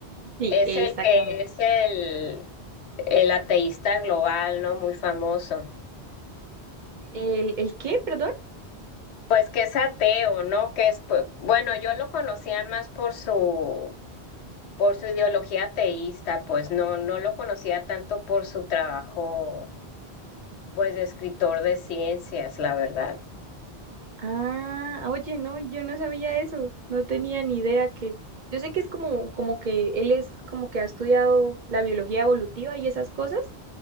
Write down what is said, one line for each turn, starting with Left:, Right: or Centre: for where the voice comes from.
Right: Sí,
Left: Es
Right: exactamente.
Left: el que es el, el ateísta global, ¿no? Muy famoso.
Right: ¿El, el qué, perdón?
Left: Pues que es ateo, ¿no? Que es, pues, bueno, yo lo conocía más por su, por su ideología ateísta, pues no, no lo conocía tanto por su trabajo, pues de escritor de ciencias, la verdad.
Right: Ah, oye, no, yo no sabía eso, no tenía ni idea que... Yo sé que es como, como que él es como que ha estudiado la biología evolutiva y esas cosas,